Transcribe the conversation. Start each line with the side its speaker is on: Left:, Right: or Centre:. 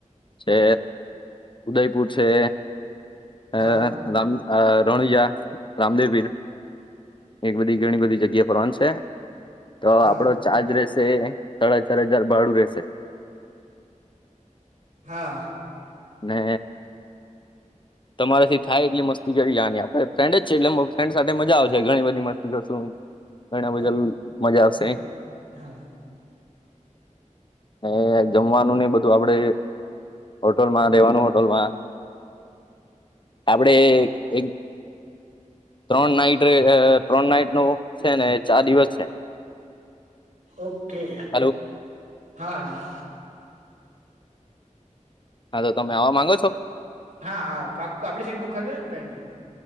Left: છે ઉદયપુર છે. અ
Right: હા
Left: રામ આ રણુજા રામદેવીર એક બધી ઘણી બધી જગ્યા એ ફરવાનું છે તો
Right: હા
Left: આપડો ચાર્જ રહેશે સાડા ચાર હજાર ભાડું રહેશે
Right: હા
Left: ને તમારા થી થાય એટલી મસ્તી કરી લેવાની આપડે ફ્રેન્ડ જ છે એટલે ફ્રેન્ડ સાથે મજા આવશે ઘણી બધી મસ્તી કરશું ઘણા બધા
Right: ઓ
Left: મજા આવશે
Right: હા હા
Left: એ જમવાનું ને બધું આપડે હોલમાં રહેેવાનું હોટલમાં આપડે એક ત્રણ નાઈટ ત્રણ નાઈટ નો છે ને ચાર દિવસ છે.
Right: ઓકે
Left: હાલો
Right: હા હા.
Left: હા તો તમે આવા માંગો છો.
Right: હા હ પાક આપડી સીટ બુક કરી દેજો કઈ નઈ